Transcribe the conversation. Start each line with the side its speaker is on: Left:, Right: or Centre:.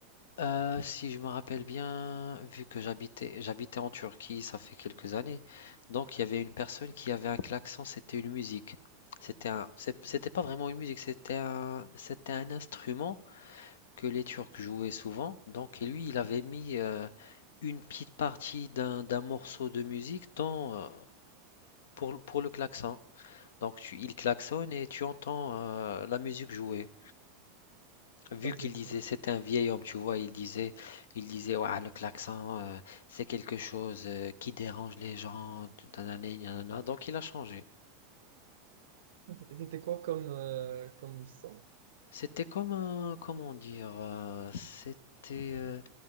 Left: euh, si je me rappelle bien, vu que j'habitais, j'habitais en Turquie, ça fait quelques années, donc il y avait une personne qui avait un klaxon, c'était une musique. C'était un, c'est- c'était pas vraiment une musique, c'était un, c'était un instrument que les Turcs jouaient souvent, donc et lui, il avait mis euh, une petite partie d'un, d'un morceau de musique dans, euh, pour, pour le klaxon. Donc tu, il klaxonne et tu entends euh, la musique jouer. Vu
Right: Ça,
Left: qu'il
Right: c'est
Left: disait,
Right: faux.
Left: c'était un vieil homme, tu vois, il disait, il disait, ouais, le klaxon, euh, c'est quelque chose euh, qui dérange les gens, tout nanani, nanana. donc il a changé.
Right: Et C'était quoi comme, euh, comme son?
Left: C'était comme un, comment dire, euh, c'était, euh,